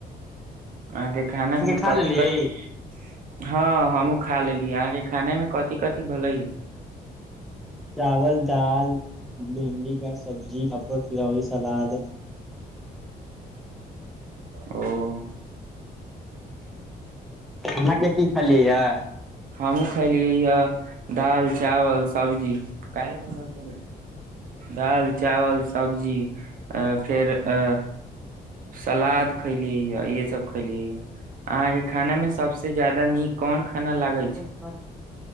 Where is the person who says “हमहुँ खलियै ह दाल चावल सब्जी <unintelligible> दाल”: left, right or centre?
Right